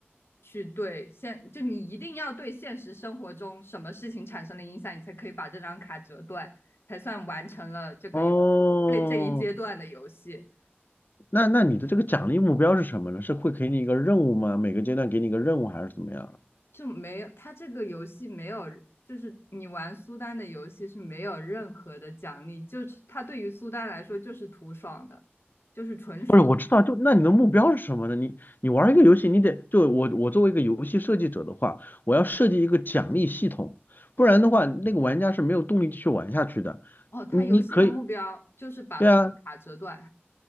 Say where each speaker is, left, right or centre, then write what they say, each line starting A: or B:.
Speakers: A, on the left; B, on the left.
A: 去对现，就你一定要对现实生活中什么事情产生了影响，你才可以把这张卡折断，才算完成了这个游，
B: 哦，
A: 这这一阶段的游戏。
B: 那那你的这个奖励目标是什么呢？是会给你一个任务吗？每个阶段给你一个任务还是怎么样？
A: 就没有，它这个游戏没有，就是你玩苏丹的游戏是没有任何的奖励，就是它对于苏丹来说就是图爽的，就是纯爽。
B: 不是，我知道，就那你的目标是什么呢？你你玩一个游戏，你得就我我作为一个游戏设计者的话，我要设计一个奖励系统，不然的话，那个玩家是没有动力继续玩下去的。
A: 哦，它游戏的目标就是把所有的卡折断。
B: 你你可以，对啊，